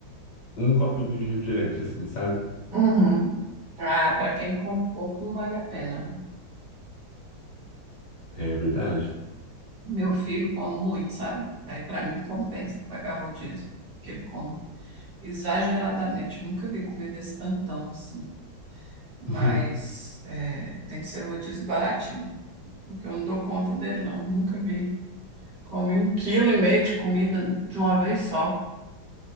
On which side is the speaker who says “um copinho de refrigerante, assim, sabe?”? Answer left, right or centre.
Left